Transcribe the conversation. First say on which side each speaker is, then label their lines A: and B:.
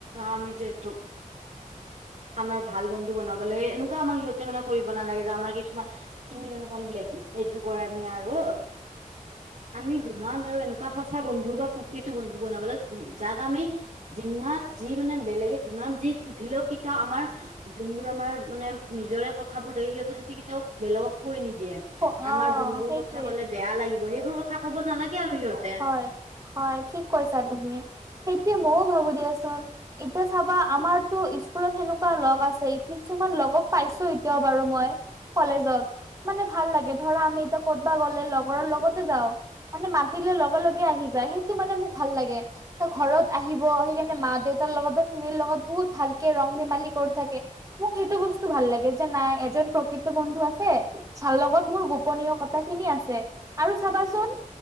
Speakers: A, on the right (about 60°); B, on the right (about 25°).
A: আমি যিহেতু আমাৰ ভাল বন্ধু বনাবলৈ, এনেকুৱা আমাৰ সিহঁতে মানে কৰিব নালাগে যে আমাৰ কিছুমান তুমি যেনেকুৱা ব্লেকমেইল এইটো কৰে মানে আৰু। আমি যিমান পাৰো এনেকুৱা সঁচা বন্ধু বা প্ৰকৃত বন্ধু বনাব লাগে, যাক আমি যিমান যি মানে বেলেগে যিমান যি সুধিলেও কেতিয়াও আমাৰ যোনবোৰ আমাৰ মানে নিজৰে কথাবোৰ থাকে, সিহঁতে যদি কেতিয়াও বেলেগক কৈ নিদিয়ে।
B: অ',
A: আমাৰ যোনবোৰ
B: সেইটোৱে।
A: কথা ক'লে বেয়া লাগিব, সেইবোৰ কথা ক'ব নালাগে। আৰু সিহঁতে
B: হয় হয়, ঠিক কৈছা তুমি। সেইটোৱে ময়ও ভাবো দিয়াচোন। এতিয়া চাবা আমাৰতো স্কুলত সেনেকুৱা লগ আছেই, কিছুমান লগক পাইছো এতিয়াও বাৰু মই কলেজত। মানে ভাল লাগে। ধৰা, আমি এতিয়া ক'তবা গ'লে লগৰৰ লগতে যাও মানে মাতিলে লগ লগ লগে আহি যায়, সেইটো মানে মোক ভাল লাগে, ত ঘৰত আহিব। সেইকাৰণে মা দেউতাৰ লগত বা ফেমিলিৰ লগত বহুত ভাল কে ৰং ধেমালি কৰি থাকে, মোক সেইটো বস্তু ভাল লাগে যে, নাই এজন প্ৰকৃত বন্ধু আছে, যাৰ লগত মোৰ গোপনীয় কথা খিনি আছে আৰু চাবাচোন